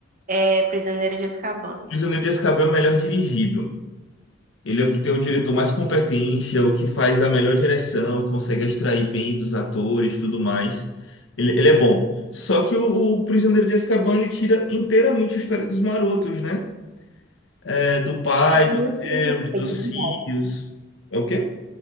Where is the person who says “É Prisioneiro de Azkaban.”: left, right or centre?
Right